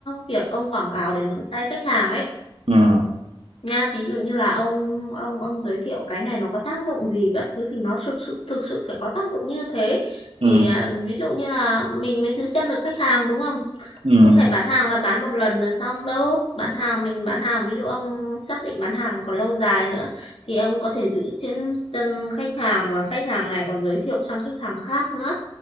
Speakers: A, on the left; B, on the right.
A: việc ông quảng cáo đến tay khách hàng ấy
B: Ừ.
A: nha ví dụ như là ông ông ông giới thiệu cái này nó có tác dụng gì các thứ thì nó thực sự thực sự phải có tác dụng như thế
B: Ừ.
A: thì à, ví dụ như là mình mới giữ chân được khách hàng đúng không
B: Ừ.
A: không phải bán hàng là bán một lần là xong đâu bán hàng mình bán hàng ví dụ ông xác định bán hàng còn lâu dài nữa thì ông có thể giữ chân chân khách hàng và khách hàng này còn giới thiệu sang khách hàng khác nữa